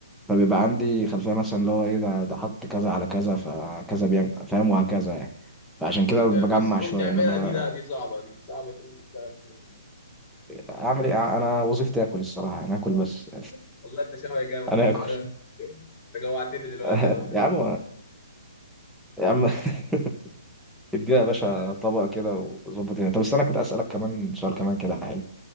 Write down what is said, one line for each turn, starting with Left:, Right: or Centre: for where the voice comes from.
Centre: فبيبقى عندي خلفية مثلا اللي هو ايه ده ده حط كذا على كذا فكذا بيعمل فاهم وهكذا يعني فعشان
Left: بس
Centre: كده بجمع
Left: بس تقوم
Centre: شوية
Left: تعملها
Centre: انما
Left: دي لا دي صعبة دي صعبة تقوم تشتغل فيها دي
Centre: اعمل ايه انا وظيفتي اكل الصراحة انا اكل
Left: آه.
Centre: بس
Left: والله انت شبهي جامد
Centre: <laughs> انا
Left: خلي
Centre: اكل
Left: بالك انت جوعتني دلوقتي
Centre: <laughs>
Left: انا قمت
Centre: يا
Left: اكل
Centre: عم
Left: أهو.
Centre: يا عم <laughs> ادينا يا باشا طبق كده وظبط الدنيا طب بس انا كنت اسألك كمان سؤال كمان كده حلو